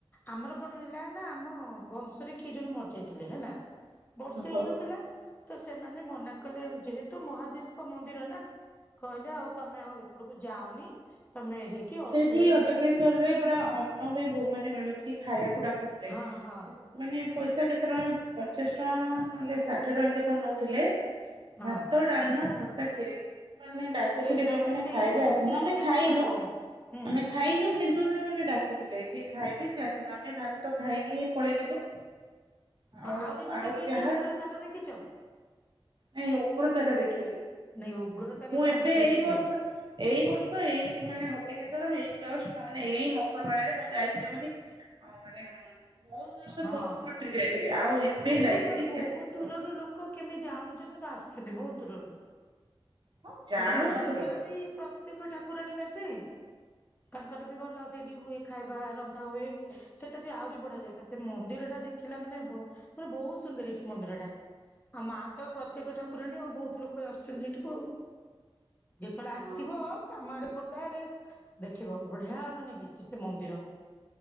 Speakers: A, on the left; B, on the right.
A: ଆମର କଣ ହେଲା ନା ଆମ ବଂଶରେ କିଏ ଜଣେ ମରିଯାଇଥିଲେ ହେଲା। ବର୍ଷେ
B: ଓହୋ। ହଁ
A: ହେଇନଥିଲା ତ ସେମାନେ ମନା କଲେ ଯେହେତୁ ମହାଦେବଙ୍କ ମନ୍ଦିର ନା କହିଲେ ଆଉ ତମେ ଆଉ ଏପଟକୁ ଯାଅନି ତମେ ଯାଇକି
B: ସେଇଠି
A: ଅଟ୍ରିରେ
B: ଅଟକେଶ୍ଵରରେ
A: ଯାଇକି
B: ପୁରା ଅନ୍ନ ବି ବୋ ମାନେ ମିଳୁଚି ଖାଇବାକୁ ଡାକୁଥୁଲେ
A: ହଁ ହଁ
B: ସେଇ ମାନେ ପଇସା କେତେ ଟଙ୍କା ପଚାଶ ଟଙ୍କା ନହେଲେ ଷାଠିଏ ଟଙ୍କା ଏମତି କଣ ନୋଉଥୁଲେ।
A: ହଁ
B: ଭାତ, ଡାଲମା, ଖଟା, ଖିରି ମାନେ ଡାକୁଥୁଲେ
A: ସେଇଠି
B: ଯୋଉମାନେ
A: ଆମେ ସେଇ
B: ଖାଇବେ
A: ଗୋଟିଏ
B: ଆସୁନ୍ତୁ ଆମେ
A: ହିଁ ଦେଖି
B: ଖାଇନୁ
A: ପାରିଲୁନି। ହୁଁ
B: ଆମେ ଖା ଖାଇନୁ କିନ୍ତୁ ସେମାନେ ଡାକୁଥୁଲେ ଯିଏ ଖାଇବେ ସେ ଆସନ୍ତୁ ଆମେ ଭାତ ଖାଇକି ହିଁ ପଳେଇଥିଲୁ।
A: ହଁ
B: ଆଉ
A: ଆହୁରି ଗୋଟେ
B: ଆଉ
A: ବି
B: ଯାହା
A: ଅଛି ଉଗ୍ର ତାରା ଦେଖିଚ?
B: ନାଇଁ ଉଗ୍ରତାରା ଦେଖିନି
A: ନାଇଁ ଉଗ୍ରତାରା
B: ମୁଁ
A: ଟା
B: ଏବେ
A: ଆସିଲେ
B: ଏଇ
A: ଦେଖିବ
B: ବର୍ଷ ଏଇ ବର୍ଷ ଏଇ ଦି ମାନେ ହଟକେଶ୍ଵର ମୁଁ ଏଇ ଜଷ୍ଟ ମ-ମାନେ ଏଇ ମକର ମେଳାରେ ମୁଁ ଯାଇଥିଲି ବୋଲି ଆଉ ମାନେ ବୋହୁତ ବର୍ଷ
A: ହଁ।
B: ପୂର୍ବରୁ ଅଟ୍ରି ଯାଇଥିଲି ଆଉ ଏବେ
A: ବହୁତ
B: ଯାଇଥିଲି
A: ମାନେ ବହୁତ
B: କେତେ ବର୍ଷ
A: ଦୂରରୁ ଲୋକ କେମି ଜାଣୁଚନ୍ତି କିନ୍ତୁ ଆସୁଛନ୍ତି ବୋହୁତ ଦୂରରୁ।
B: ହଁ ଜାଣୁଛନ୍ତି
A: ତାପରେ ଉଗ୍ରତରା
B: ଲୋକ।
A: ବି ପ୍ର ପ୍ରତ୍ୟେକ୍ଷ ଠାକୁରାଣୀ ନା ସେ ତାଙ୍କର ବି ଭଲ ସେଇଠି ହୁଏ। ଖାଇବା ରନ୍ଧାହୁଏ ସେଟା ବି ଆହୁରି ବଢିଆ ଜାଗା। ନା ସେ ମନ୍ଦିରଟା ଦେଖିଲା ମାନେ ବୋ ମାନେ ବୋହୁତ ସୁନ୍ଦର ହେଇଚି ମନ୍ଦିରଟା। ଆଉ ମାଆ ତ ପ୍ରତ୍ୟେକ୍ଷ ଠାକୁରାଣୀ ଆଉ ବୋହୁତ ଲୋକ ଆସୁଛନ୍ତି ସେଠିକୁ ଆଉ। ଯେତେବେଳେ
B: ହଁ
A: ଆସିବ ଆମ ଆଡେ ଖୋର୍ଦ୍ଧା ଆଡେ ଦେଖିବ ବଢିଆ ମାନେ ହେଇଛି ସେ ମନ୍ଦିର।